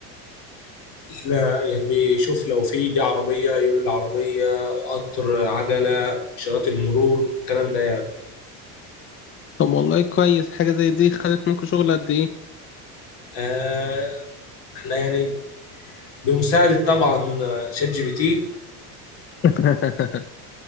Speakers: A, on the left; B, on the left.
A: لا يعني بيشوف لو في دي عربية يقول العربية قطر عجلة إشارات المرور الكلام ده يعني
B: طب والله كويس حاجة زي دي خدت منكم شغل قد إيه؟
A: آه احنا يعني بمساعدة طبعا شات جي بي تي
B: <laughs>